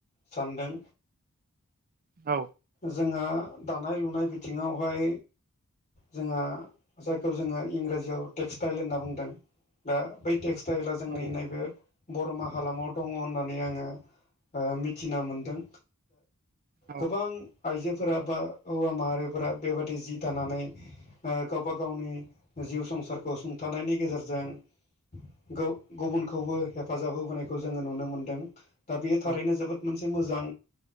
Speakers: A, on the left (about 35°); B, on the right (about 40°).
A: सानदों
B: औ
A: जोंहा दानाय लुनाय बिथिङावहाय जोंहा जायखौ जोङो इंराजियाव टेक्सटाइल होनना बुं दों दा बै टेक्सटाइला जोंनि
B: औ
A: नैबे बर'मा हालामाव दङ होननानै आङो ओ मिथिना मोनदों
B: औ
A: गोबां आइजोफोरा बा हौवा माहारिफोरा बेबादि जि दानानै ओ गावबा गावनि जिउ संसारखौ सुंथानायनि गेजेरजों गौ गुबुनखौबो हेफाजाब होबोनायखौ जोङो नुनो मोनदों दा बेयो थारैनो
B: औ
A: जोबोद मोनसे मोजां